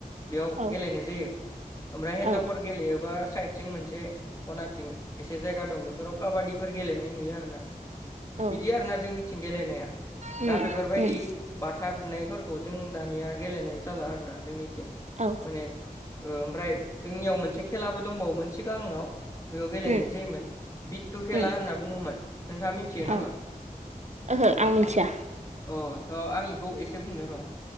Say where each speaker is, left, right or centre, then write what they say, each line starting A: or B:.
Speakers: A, on the left; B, on the right.
A: बेयाव
B: औ
A: गेलेनाय जायो ओमफ्राय हिन्जावफोर
B: औ
A: गेलेयोबा साइद सिं मोनसे खनाथिं एसे जायगा दं बेफोराव काबादिफोर गेलेनाय नुयो आरोोना
B: औ
A: बिदि आरोना जोंनि बारथिं गेलेनाया
B: उम
A: दा बेफोरबायदि
B: उम
A: बाथा बुनायफोरखौ जों दानिया गेलेनाय जाला आरोना जोंनिथिं
B: औ
A: माने ओमफ्राय जोंनियाव मोनसे खेलाबो दंबावोमोन सिगाङाव बेयाव गेलेनाय
B: उम
A: जायोमोन बि्टु खेला
B: उम
A: होनना बुङोमोन नोंथाङा मिथियो
B: औ
A: नामा
B: ओहो आं मिथिया
A: अ त' आं बेखौ एसे बुंनो र'